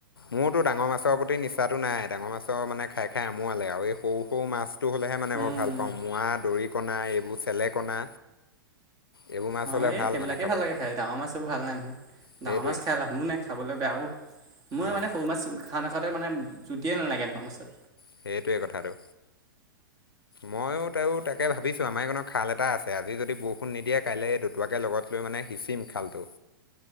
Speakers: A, on the left (about 80°); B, on the right (about 30°).
A: মো ডাঙৰ মাছৰ প্ৰতি নিচাটো নাই, ডাঙৰ মাছৰ মানে খাই খাই আমোৱালে আৰু এই সৰু সৰু মাছ টো হ'লেহে
B: গৰৈ
A: মানে মই ভাল পাওঁ মোৱা দৰিকণা এইবোৰ চেলেকণা এইবোৰ মাছ
B: অ'
A: হ'লে
B: এই সেইবিলাকে
A: মানে খাবলৈ
B: ভাল লাগে খাই, ডাঙৰ মাছো ভাল নাই নহয়
A: সেইটোৱে
B: ডাঙৰ মাছ খাই লাভো নাই। খাবলৈ বেয়াও মই
A: অঁ
B: মানে সৰু মাছ খাওঁ নাখাওঁতে মানে জুতিয়ে নালাগে এনেকা মাছত।
A: সেইটোৱে কথাটো ময়ো তইয়ো তাকে ভাবিছো আমাৰ এইকণত খাল এটা আছে, আজি যদি বৰষুণ নিদিয়ে কাইলে দুতুৱাকে লগত লৈ মানে সিঁচিম খালটো